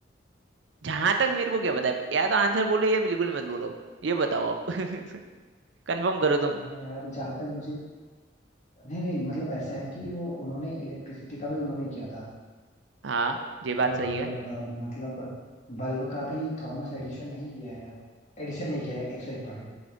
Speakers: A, on the right; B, on the left.
A: जहां तक मेरे को क्या पता है या तो आंसर बोलो या बिल्कुल मत बोलो ये बताओ अब <laughs> कंफर्म करो तुम
B: हाँ यार जहां तक मुझे नहीं नहीं मतलब ऐसा है कि वो उन्होंने इलेक्ट्रिसिटी का भी उन्होंने किया था
A: हाँ ये बात
B: और
A: सही है
B: अ, मतलब बल्ब का भी थॉमस एडिशन नहीं किया है यार एडिशन नहीं किया है एक सौ एक परसेंट